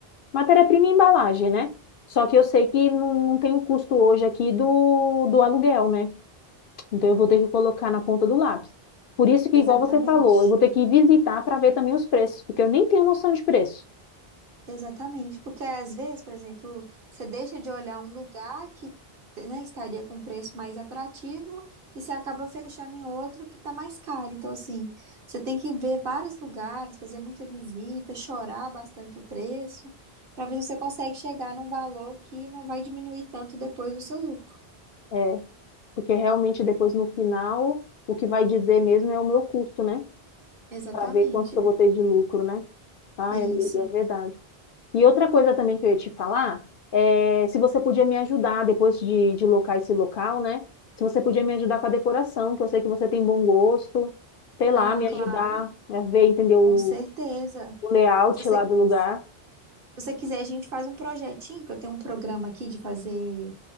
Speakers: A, on the left; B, on the right.
A: Matéria-prima e embalagem, né? Só que eu sei que não, não tem o custo hoje aqui do, do aluguel, né? Então, eu vou ter que colocar na ponta do lápis. Por isso que,
B: Exatamente.
A: igual você falou, eu vou ter que visitar para ver também os preços, porque eu nem tenho noção de preço.
B: Exatamente, porque às vezes, por exemplo, você deixa de olhar um lugar que, né, estaria com preço mais atrativo e você acaba fechando em outro que está mais caro. Então, assim, você tem que ver vários lugares, fazer muita visita, chorar bastante o preço, para ver se você consegue chegar num valor que não vai diminuir tanto depois o seu lucro.
A: É, porque realmente depois no final, o que vai dizer mesmo é o meu custo, né?
B: Exatamente.
A: para ver quanto que eu vou ter de lucro, né? Ai,
B: Isso.
A: amiga, é verdade. E outra coisa também que eu ia te falar é se você podia me ajudar depois de, de locar esse local, né? Se você podia me ajudar com a decoração, que eu sei que você tem bom gosto, sei lá,
B: Ah,
A: me
B: claro,
A: ajudar a ver, entender o,
B: com certeza.
A: o layout
B: Se você,
A: lá do lugar.
B: se você quiser, a gente faz um projetinho, que eu tenho um programa aqui de fazer.